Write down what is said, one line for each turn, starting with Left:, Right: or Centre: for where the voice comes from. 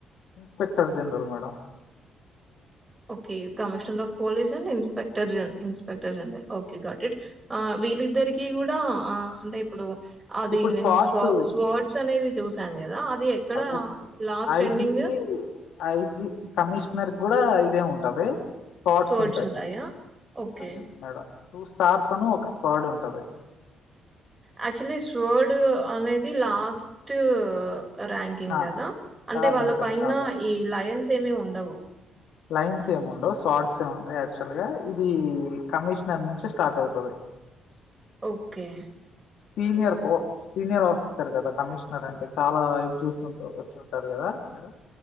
Left: Inspector general madam
Right: okay commissioner of police and inspector inspector అడికే ఓకే గాట్ ఇట్ వీళ్ళిద్దరిక కూడా ఆ అంటే ఇప్పుడు అది
Left: ఇప్పుడు
Right: నేను
Left: స్పాట్స్
Right: స్వ స్వర్డ్స్ అనేది చూసాను గదా! అది ఎక్కడ
Left: ఇప్పుడు
Right: లాస్ట్
Left: ఐజీకి
Right: ఎండింగ్
Left: ఐజీ కమిషనర్ కూడా ఇదే ఉంటది స్ర్ట్స్
Right: స్వర్డ్స్
Left: ఉంటాయి
Right: ఉంటాయా? Okay.
Left: Yes madam two stars అని ఒక ఒక స్పాడ్ ఉంటుంది
Right: యాక్చులీ స్వర్డ్ అనేది లాస్ట్ ర్యాంకింగ్
Left: ఆహా
Right: కదా అంటే
Left: కాదు
Right: వాళ్ళ
Left: మేడం
Right: పైన
Left: కాదు కాదు
Right: ఈ లయన్స్ సమమి ఉండవు
Left: లైన్స్ ఏమిండవు షార్ట్స్ ఏముంటాయి యాక్చువల్ గా ఇది కమిషనర్ నుంచి స్టార్ట్ అవుతది
Right: ఓకే
Left: సీనియర్ సీనియర్ ఆఫీసర్ కదా కమిషనర్ అంటే చాలా ఇది చూస్తు వచ్చుంటారు కదా మేడం